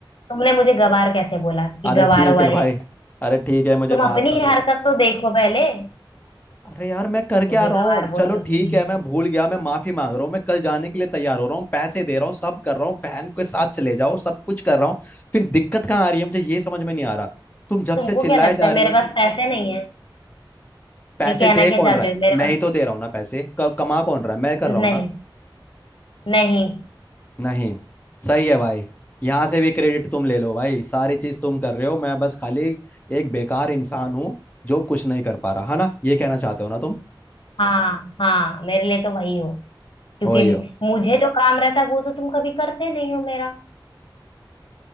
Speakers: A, on the left; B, on the left.
A: तुमने मुझे गवार कैसे बोला कि
B: अरे
A: गवारों
B: ठीक
A: वाली
B: है भाई अरे ठीक है मुझे
A: तुम अपनी
B: माफ कर
A: हरकत
B: दो
A: तो देखो पहले
B: अरे यार मैं करके
A: मुझे
B: आ रहा
A: गवार
B: हूँ
A: बोलने
B: चलो ठीक
A: के लिए
B: है मैं भूल गया मैं माफी मांग रहा हूँ मैं कल जाने के लिए तैयार हो रहा हूँ पैसे दे रहा हूँ सब कर रहा हूँ बहन के साथ चले जाओ सब कुछ कर रहा हूँ फिर दिक्कत कहाँ आ रही है मुझे ये समझ में नहीं आ रहा तुम जब
A: तुमको
B: से चिल्लाए
A: क्या लगता
B: जा
A: है
B: रही
A: मेरे
B: हो
A: पास पैसे नहीं है
B: पैसे
A: नहीं कहना
B: दे
A: क्या
B: कौन
A: चाहते
B: रहा है
A: हो मेरे
B: मैं
A: पास
B: ही तो दे रहा हूँ ना पैसे क- कमा कौन रहा है मैं कर
A: नहीं
B: रहा हूँ ना
A: नहीं
B: नहीं सही है भाई यहाँ से भी क्रेडिट तुम ले लो भाई सारी चीज तुम कर रहे हो मैं बस खाली एक बेकार इंसान हूँ जो कुछ नहीं कर पा रहा है ना ये कहना चाहते हो ना तुम
A: हाँ हाँ मेरे लिए तो वही हो क्योंकि
B: वही हो
A: मुझे जो काम रहता है वो तो तुम कभी करते नहीं हो मेरा